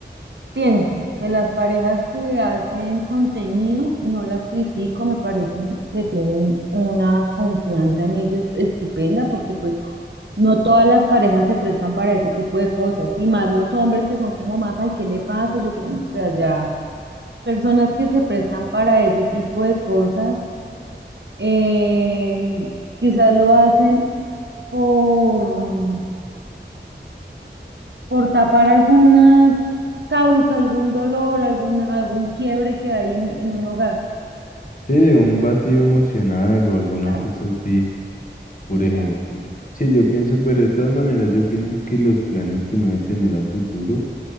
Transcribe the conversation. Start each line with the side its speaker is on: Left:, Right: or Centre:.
Right: Pienso que las parejas que hacen contenido no las critico, me parecen que tienen una confianza en ellos estupenda porque pues no todas las parejas se prestan para ese tipo de cosas y más los hombres que son como más, ay, ¿qué le pasa? Yo que, o sea, ya personas que se prestan para ese tipo de cosas, eh, quizás lo hacen por por tapar alguna causa, algún dolor, algún, algún quiebre que hay en, en un hogar.
Left: Sí, un vacío emocional o alguna
Right: Exacto,
Left: cosa así por
Right: exacto.
Left: ejemplo. Sí, yo pienso, pero de todas maneras, yo pienso que los planes que uno debe tener a futuro,